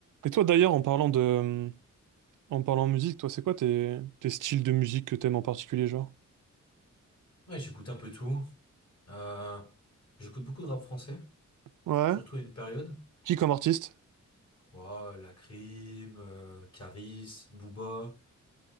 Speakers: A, on the right (about 75°); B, on the left (about 60°).
A: Et toi d'ailleurs, en parlant de, en parlant musique, toi, c'est quoi tes, tes styles de musique que t'aimes en particulier, genre?
B: Ouais, j'écoute un peu tout. Euh, j'écoute beaucoup de rap français,
A: Ouais.
B: surtout à une période.
A: Qui comme artiste?
B: Ouais, Lacrim, euh, Karis, Booba,